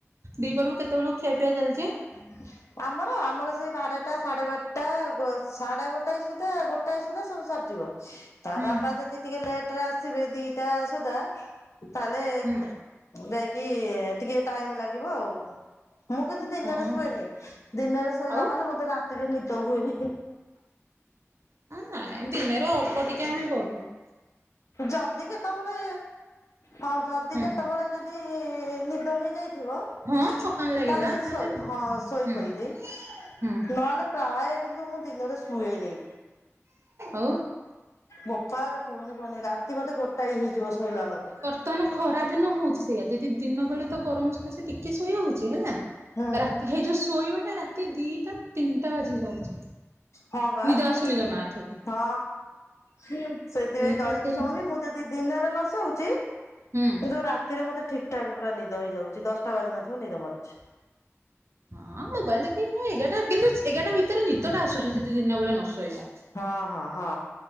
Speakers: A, on the right; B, on the left.
A: ଦୀପରକୁ କେତେବେଳକୁ ଖିଆପିଆ ଚାଲିଛି?
B: <inaudible> ଆମର ଆମର ସେଇ ବାରଟା ସାଢେ ବାରଟା ଗୋ ସାଢେ ଗୋଟାଏ ସୁଦ୍ଧା ଗୋଟାଏ ସୁଦ୍ଧା ସବୁ ସରିଯିବ। ତା
A: ହୁଁ
B: ବାବା ଯଦି ଟିକେ ଲେଟରେ ଆସିବେ ଦିଟା ସୁଦା ତାହେଲେ
A: ହୁଁ
B: ଯାଇକି ଟିକେ ଟାଇମ୍ ଲାଗିବ ଆଉ। ମୁଁ କିନ୍ତୁ ଦିନରେ
A: ହଁ
B: ଶୁଏନି ଦିନରେ ଶୋଇଲା
A: ଆଉ
B: ମାନେ ମତେ ରାତିରେ ନିଦ ହୁଏନି ହିଁ।
A: ନାଇଁ ନାଇଁ ଦିନରେ ଅଳ୍ପ ଟିକେ ଆମେ ଗଡୁ ନା
B: ଯଦି କେତବେଳେ ହଁ ଯଦି
A: ହୁଁ
B: କେତେବେଳେ ଯଦି ନିଦ ହେଇଯାଇଥିବ
A: ହଁ
B: ତାହେଲେ
A: ଥକାନ ଲାଗିଲା ତାହେଲେ
B: ଶୋଇ ହଁ ଶୋଇ
A: ହୁଁ
B: ପଇଲିି ନହେଲେ
A: ହୁଁ
B: ପ୍ରାୟ କିନ୍ତୁ ମୁଁ ଦିନରେ ଶୁଏନି।
A: ଆଉ?
B: ବୋପାଲୋ କୁହନି କୁହନି ରାତି ମତେ ଗୋଟାଏ ହେଇଯିବ ଶୋଇଲା ବେଳକୁ।
A: ବର୍ତମାନ ଖରା ଦିନ ହଉଛି ସେଇଆା ଯେଦି ଦିନ ବେଳେ ତ ଗରମ ସକାସେ ଟିକେ ଶୋଇ ହଉଛି ହେଲା?
B: ହୁଁ
A: ରାତି ହେଇଯିବ ଶୋଇବାଟା ରାତି ଦିଟା ତିନିଟା ବାଜି ଯାଉଛି।
B: ହଁ ବା
A: ନିଦ ଆସୁନି ଜମା ଆଖିକି
B: ହଁ। ସେଥିପାଇଁ
A: ଦିଟା
B: ଡରିକି
A: ତିନି
B: ଶୋଉନି ମୁଁ ଯଦି ଦିନରେ ନସୋଉଛି
A: ହୁଁ
B: କିନ୍ତୁ ରାତିରେ ମୋତେ ଠିକ ଠାକ ପୁରା ନିଦ ହେଇଯାଉଛି ଦଶଟା ବାଜି ନଥିବ ନିଦ ମାଡୁଛି।
A: ହଁ ମୋବାଇଲ ଦେଖି ଏଗାରଟା କିନ୍ତୁ ଏଗାରଟା ଭିତରେ ନିଦ ଟା ଆସୁଛି ଯଦି ଦିନ ବେଳେ ନସୋଇବ।
B: ହଁ ହଁ ହଁ